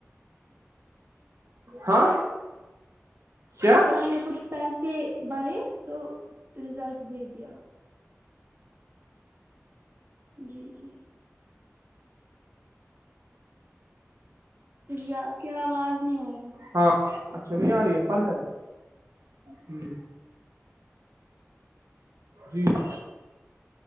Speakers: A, on the right (about 80°); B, on the right (about 45°).
A: ہ ہاں کیا
B: پھر ہم نے کچھ پیسے بھرے تو رزلٹ دے دیا جی جی یاپ کیا آواز نہیں آ رہی
A: ہاں اچھا نہیں آ رہی ہے پانچ ساری ہوں <inaudible> جی <inaudible>